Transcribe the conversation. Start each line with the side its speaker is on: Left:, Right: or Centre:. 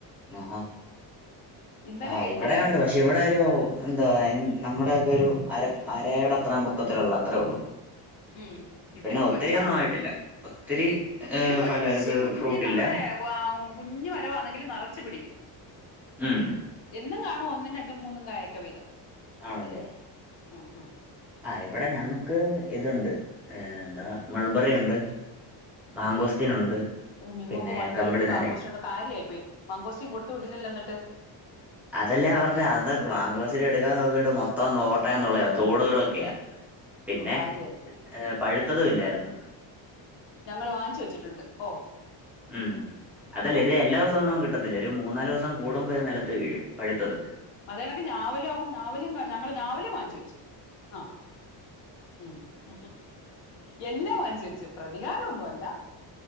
Centre: ആഹഹ
Left: ഇന്നലെ
Centre: ആ്
Left: ഇന്നലെ
Centre: ഇവിടെ
Left: കിട്ടി
Centre: ഉണ്ട് പക്ഷെ ഇവിടെ ഒരു എന്തോ അ നമ്മുടെയൊക്കെ ഒരു അര അരയുടെ അത്രയും പൊക്കത്തിലുള്ള അത്രേ ഉള്ളു.
Left: ഉം ഇവിടെയും
Centre: പിന്നെ ഒത്തിരി
Left: കൊച്ചാ
Centre: ഒന്നും ആയിട്ടില്ല ഒത്തിരി ഏഹ്
Left: ഇത് കൊച്ചു
Centre: ഫല ഇത്
Left: കുഞ്ഞ്
Centre: ഫ്രൂട്ടില്ല
Left: നമ്മുടെ കുഞ് വരോന്നെങ്കിൽ നിറച്ച് പിടിക്കും.
Centre: ഉം
Left: എന്നും കാണും ഒന്നും രണ്ടും മൂന്നും കായൊക്കെ വീതം.
Centre: ആണല്ലേ?
Left: ആഹ് ഹഹ
Centre: ആഹ് ഇവിടെ ഞങ്ങൾക്ക് ഇതുണ്ട് എന്താ മൾബറിയുണ്ട് മാങ്കോസ്തീനുണ്ട്.
Left: ങ്ങങ്ക്ക്
Centre: പിന്നെ
Left: മൾബറി
Centre: കമ്പിളി
Left: ഉണ്ട്
Centre: നാരൻ
Left: മാങ്കോശ ഉണ്ട് കാര്യയി പോയി മാങ്കോസ്റ്റ് കൊടുത്തു വിട്ടില്ലല്ലോ ന്നിട്ട്
Centre: അതല്ലേ പറഞ്ഞ അ മാങ്കോസ്റ്റ് എടുക്കാൻ നോക്കിയിട്ട് മൊത്തം നോട്ടം തൊളയാ തൊടുകളൊക്കെയാ പിന്നെ
Left: അയ്യോ കാര്യായി പോയി
Centre: പഴുത്തതും ഇല്ലായിരുന്നു.
Left: ഞങ്ങള് വാങ്ങിച്ച് വെച്ചിട്ടുണ്ട്. ഓ
Centre: ഉം അതല്ല
Left: ഓ
Centre: ഇത് എല്ലാ ദിവസൊന്നും കിട്ട ഇതിലൊരു ഒരു മൂന്നാല് ദിവസം കൂടുമ്പോ നിലത്ത് വീഴും പഴുത്തത്
Left: അതേനക്ക് ഞാവലോ ഞാവലും ഞങ്ങള് ഞാവലും വാങ്ങിച്ചു വച്ചു. ആഹ ഉം ഉം എല്ലാ വ പ്രതികാരമൊന്നുല്ല